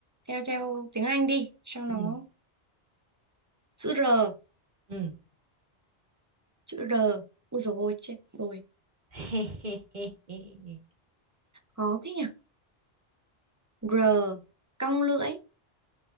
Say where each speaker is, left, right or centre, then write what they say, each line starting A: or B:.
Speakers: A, on the right; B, on the right.
A: theo theo tiếng Anh đi cho nó
B: Ừ.
A: chữ R,
B: Ừ.
A: chữ R. Ôi dồi ôi, chết rồi.
B: <laughs>
A: Khó thế nhỉ? R cong lưỡi